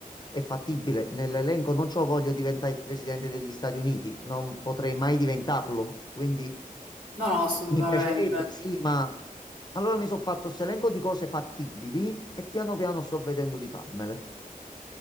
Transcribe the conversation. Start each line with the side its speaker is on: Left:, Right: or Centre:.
Left: È fattibile. Nell'elenco non c'ho voglio diventare il presidente degli Stati Uniti, non potrei mai diventarlo, quindi
Right: No, no, assolutamente.
Left: mi piacerebbe, sì, ma allora mi sono fatto questo elenco di cose fattibili e piano piano sto vedendo di farmele.